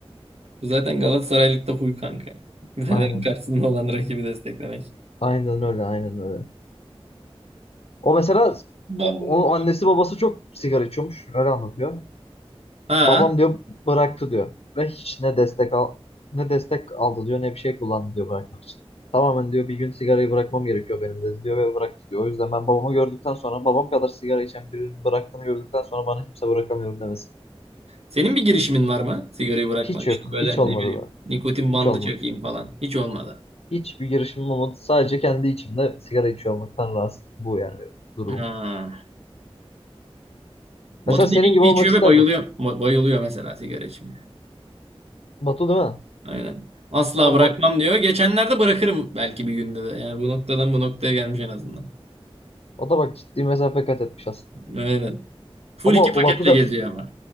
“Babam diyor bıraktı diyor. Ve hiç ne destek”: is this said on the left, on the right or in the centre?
Left